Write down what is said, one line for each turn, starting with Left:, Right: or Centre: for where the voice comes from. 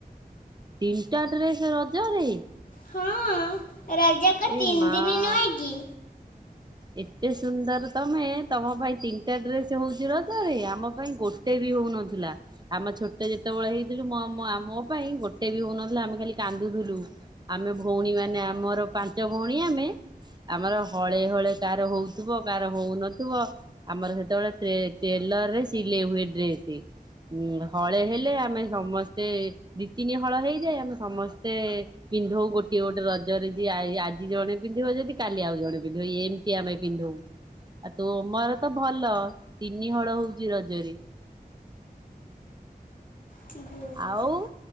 Right: ତିନିଟା ଡ୍ରେସ ରଜରେ।
Left: ହଁ ରଜକ
Right: ଏ
Left: ତିନି
Right: ମା
Left: ଦିନି ନୁହେଁ କି?
Right: ଏତେ ସୁନ୍ଦର ତମେ ତମ ପାଇଁ ତିନିଟା ଡ୍ରେସ ହଉଛି ରଜରେ ଆମ ପାଇଁ ଗୋଟ ଟେ ବି ହଉନଥିଲା। ଆମ ଛୋଟ ଯେତେବେଳେ ହେଇଥିଲୁ ମୋ ମୋ ପାଇଁ ଗୋଟେ ବି ହଉନଥିଲା ଆମେ ଖାଲି କାନ୍ଦୁଥୁଲୁ। ଆମେ ଭଉଣୀ ମାନେ ଆମର ପାଞ୍ଚ ଭଉଣୀ ଆମେ ଆମର ହଳେ ହଳେ କାର ହଉଥିବ କାର ହଉନଥିବ ଆମର ସେତେବେଳେ ଟ୍ରେ ଟେଲର ରେ ସିଲେଇ ହୁଏ ଡ୍ରେସ୍। ଉ ହଳେ ହେଲେ ଆମେ ସମସ୍ତେ ଦି ତିନି ହଳ ହେଇଯାଏ ଆମେ ସମସ୍ତେ ପିନ୍ଧଉ ଗୋଟିଏ ଗୋଟେ ରଜରେ ଯ ଆଜି ଜଣେ ପିନ୍ଧିବ ଯଦି କାଲି ଆଉ ଜଣେ ପିନ୍ଧିବ ଏମତି ଆମେ ପିନ୍ଧୁ ଆଉ ତୁମର ତ ଭଲ ତିନି ହଳ ହଉଛି ରଜରେ।
Left: ନା
Right: ଆଉ